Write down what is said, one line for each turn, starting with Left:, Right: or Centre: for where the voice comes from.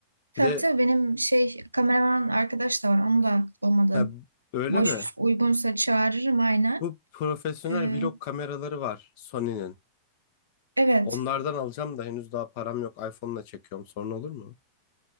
Right: Tabii
Left: Bir de
Right: tabii benim şey kameraman arkadaş da var. Onu da olmadı.
Left: ha, öyle
Right: Boş
Left: mi?
Right: uygunsa çağırırım aynen.
Left: Bu profesyonel
Right: Ee,
Left: vlog kameraları var Sony'nin.
Right: evet.
Left: Onlardan alacağım da henüz daha param yok. iPhone'la çekiyorum. Sorun olur mu?